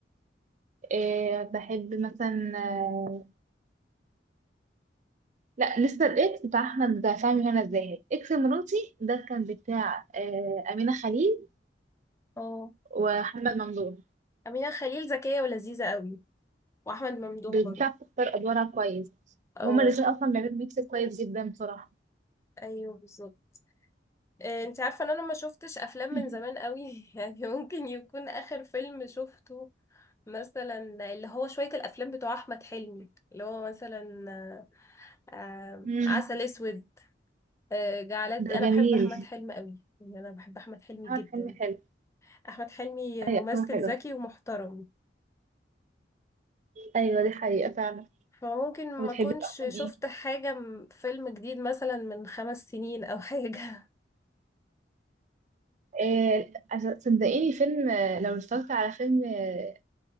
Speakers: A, on the right; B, on the left.
A: إيه بحب مثلا آه، لا لسه الاكس بتاع احمد فهمي وهنا الزاهد اكس مراتي ده كان بتاع آه، امينه خليل
B: اه
A: ومحمد ممدوح
B: أمينة خليل ذكية ولذيذة قوي وأحمد ممدوح
A: بتاع
B: برضه
A: بتختار ادوارها كويس
B: اه
A: وهما الاثنين اصلا بيعملوا ميكس كويس جدا بصراحه
B: أيوه بالظبط إيه انت عارفة إن أنا ما شفتش أفلام من
A: مم.
B: زمان قوي <laughs> يعني ممكن يكون آخر فيلم شفته مثلا اللي هو شوية الأفلام بتوع أحمد حلمي اللي هو مثلا آه، آه،
A: <laughs>
B: عسل أسود آه، جعلتني
A: ده
B: أنا
A: جميل
B: بحب أحمد حلمي قوي يعني أنا بحب أحمد حلمي
A: احمد
B: جدا
A: حلمي حلو
B: أحمد حلمي
A: ايوه
B: ممثل
A: افلامه حلو
B: ذكي ومحترم
A: ايوه دي حقيقه فعلا
B: فممكن
A: وبتحبي
B: ما كنتش
A: له افلام
B: شفت
A: ايه؟
B: حاجة م- فيلم جديد مثلا من خمس سنين أو حاجة
A: إيه عشان- صدقيني فيلم آه، لو اتفرجت على فيلم آه،